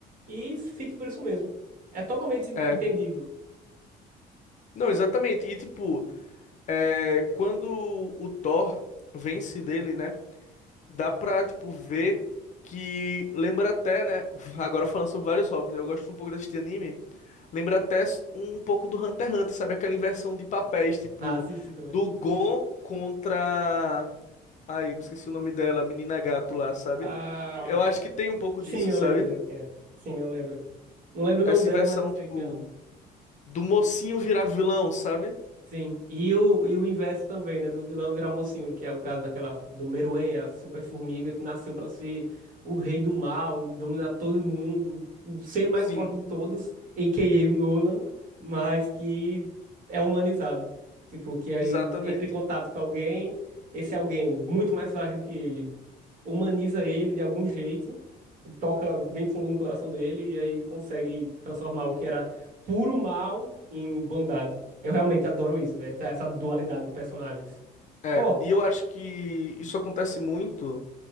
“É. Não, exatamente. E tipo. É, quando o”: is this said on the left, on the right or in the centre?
Left